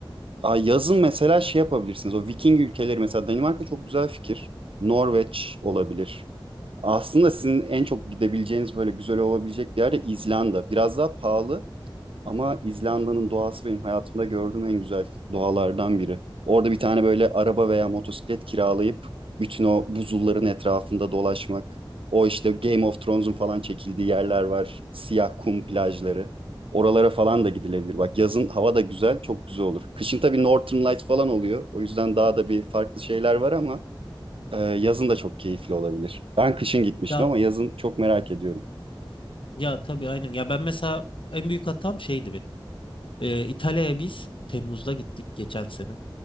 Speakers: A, on the right; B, on the left.
A: Aa, yazın mesela şey yapabilirsiniz. O Viking ülkeleri mesela Danimarka çok güzel fikir. Norveç olabilir. Aslında sizin en çok gidebileceğiniz böyle güzel olabilecek bir yer de İzlanda. Biraz daha pahalı. Ama İzlanda'nın doğası benim hayatımda gördüğüm en güzel doğalardan biri. Orada bir tane böyle araba veya motosiklet kiralayıp bütün o buzulların etrafında dolaşmak. O işte Game of Thrones'un falan çekildiği yerler var. Siyah kum plajları. Oralara falan da gidilebilir. Bak yazın hava da güzel, çok güzel olur. Kışın tabii Northern Light falan oluyor. O yüzden daha da bir farklı şeyler var ama e, yazın da çok keyifli olabilir. Ben kışın gitmiştim
B: Ya
A: ama yazın çok merak ediyorum.
B: ya tabii aynen. Ya ben mesela en büyük hatam şeydi benim. Ee, İtalya'ya biz Temmuz'da gittik geçen sene.